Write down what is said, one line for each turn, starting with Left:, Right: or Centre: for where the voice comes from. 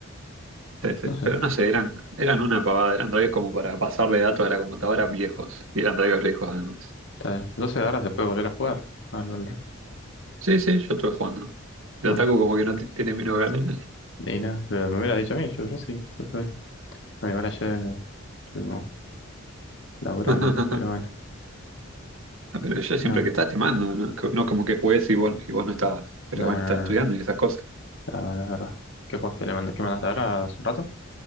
Right: sí, sí.
Left: No sé,
Right: Pero no sé, eran, eran una pavada. Eran drivers como para pasarle datos a la computadora viejos. Y eran drivers viejos además.
Left: está bien. 12 horas se puede volver a jugar al Valorant.
Right: Sí, sí, yo estuve jugando. El
Left: Banco.
Right: Otaku como que no t- tiene menos ganas.
Left: Y no, pero me hubieras dicho a mí, yo, yo sí, yo estoy. Bueno, igual ayer estuvimos laburando,
Right: <laughs>
Left: pero bueno,
Right: Ah, Pero yo siempre
Left: no,
Right: que estás te mando, no, no como que juegues y vos, y vos no estabas. Pero
Left: no,
Right: bueno,
Left: no. no,
Right: estás estudiando
Left: no.
Right: y esas cosas.
Left: Claro, es verdad. ¿Qué jugaste? ¿Le manda- ¿Qué mandaste ahora hace un rato?